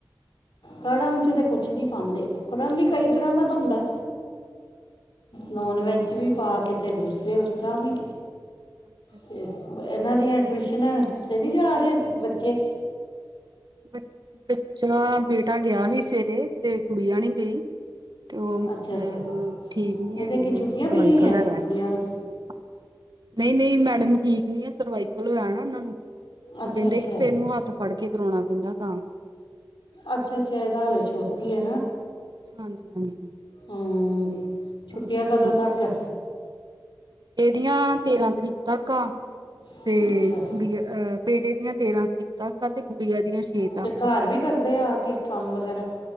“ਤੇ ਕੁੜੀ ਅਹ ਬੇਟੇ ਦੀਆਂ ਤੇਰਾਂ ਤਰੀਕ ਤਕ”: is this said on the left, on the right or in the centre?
Right